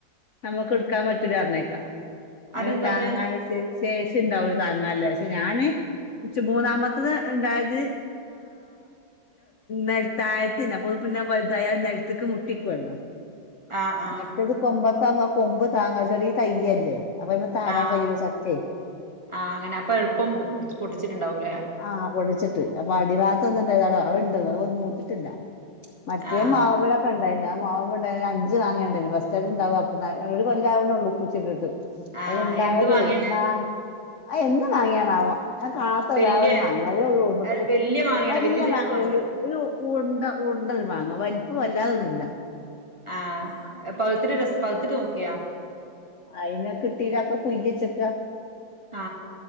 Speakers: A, on the left; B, on the right.
A: നമ്മക്ക് എടുക്കാൻ പറ്റുല്ല പറഞ്ഞേക്കാ അതിന്
B: അതെന്താ
A: താങ്ങാൻ
B: അത്ര
A: വെച്ചേ ചേ പ ഉണ്ടാവ താങ്ങേ പക്ഷെ ഞാാന് മൂന്നാമത്തത് ഉണ്ടായത് നൽത്തഴത്തിന്ന അപ്പൊ പിന്നെ വലുതായ നിലത്തക്ക് മുട്ടിക്കുവല്ലോ
B: ആഹ് ആഹ്
A: മറ്റേത് കൊമ്പ കൊമ്പ് താങ്ങാ ചെറിയ തയ്യല്ലേ അപ്പൊ അയ്മെ താങ്ങാൻ
B: ആഹ
A: കഴിയൂല ചക്കേ
B: ആഹ അങ്ങനെ അപ്പൊ എളുപ്പം പൊട്ടിച്ചിട്ടുണ്ടാവൂലേ
A: ആഹ് പൊടിച്ചിട്ട് അപ്പൊ അടിഭാത്ത ഒന്നും ഇണ്ടത ഉണ്ട ഒന്നും മൂത്തിട്ടില്ല മറ്റേ
B: ആഹ്
A: മാവ്പോഴൊക്കെ ഉണ്ടായി ഞാ ആവ്പോണ്ടേ അഞ്ച് വാങ്ങിയണ്ട് സ് ഉണ്ടാവും അപ്പ ഒരു കൊല്ലാവേ ഉള്ളൂ പൂച്ചിട്ടിട്ട്
B: ആഹ്
A: അന്തായതെ
B: എന്ത് മാങ്ങയാണ്
A: മാ എന്ത് വാങ്ങ്യാന ആാവം ഞാൻ കാണത്ത
B: വല്യ
A: വേറെ ഒരു മാങ്ങല്ട്ട
B: അല്ല, വല്യ മാങ്ങയാണ്
A: കന്ിയ
B: വല്യ സൈസ്
A: മാങ്ങയില്
B: മാങ്ങയാണ്
A: ഒരു ഉണ്ട ഉണ്ടൽ വാങ്ങ വലിപ്പം വല്ലാതൊന്നുമല്ല
B: ആഹ പകത്തിട്ട് രസ പകുത്തിട്ട് നോക്കിയാ
A: അയിന കിട്ടീനാക്കെ കുയ്യച്ചക്ക
B: ആ